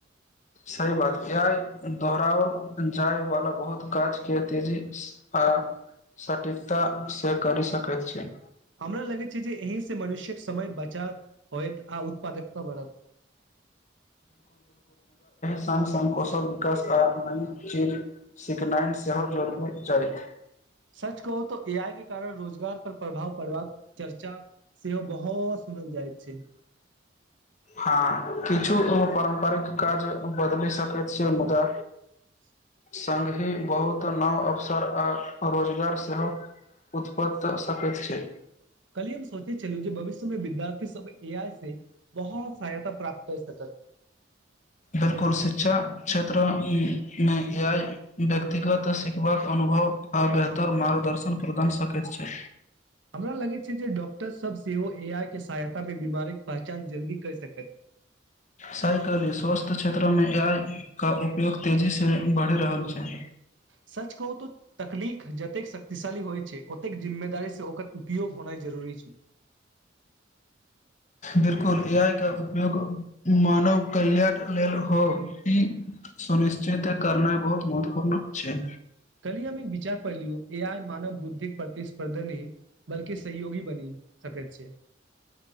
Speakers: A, on the left; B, on the right.
A: सही बात आइ दोहराओल जाय वाला बहुत काज क तेजी आ आ सटिकता से कर सक छै
B: हमरा लगैत छै जे एहिह से मनुष्यके समय बचा होयत आ उत्पादकता बनत
A: सङ्ग सङ्ग कौशल विकास आ न चीर सिकनाइन सेहो जोड़ब जड़त
B: सच कहू त ए आई के कारण रोजगार पर प्रभाव पड़बाक चर्चा सेहो बहुत खल जाइत छै
A: हँ किछु पारम्परिक काज बदलि सकैत छियै मुदा
B: <inaudible>
A: स्हि बहुत न् <inaudible> स्वर आ रोजगार सेहो उत्पन सकैत छै
B: कली हम सोचे छललू जे भविष्य मे विद्यार्थी सब ए आइ से बहुत सहायता प्राप्त कर सकत
A: बिलकुल शिक्षा क्षेत्रमे एआय व्यक्तिगत सिखबाक अनुभव आ बेहतर मार्ग दर्शन प्रदान सकैत छै
B: हमरा लगै छै जे डॉ सब सेहो ए आइ के सहायता मे बीमारीक पहचान जल्दी कर सकत
A: साइकले स्वस्थ्य क्षेत्रमे एआय का उपयोग तेजीसँ बढ़ि रहल छै
B: सच कहू तऽ तकनीक जतेक शक्तिशाली होइ छै ओतेक जिम्मेदारीसँ ओकर वियोग होनाइ जरुरी छै
A: बिलकुल ए आइ का उपयोग मानव कल्याण लेल हो ई सुनिश्चित करना बहुत महत्वपूर्ण छै
B: कल्हि हम एक विचार पढ़लियौ ए आइ मानव बुद्धिक प्रतिस्पर्धा न बल्कि सहयोगी बनी सकैत छै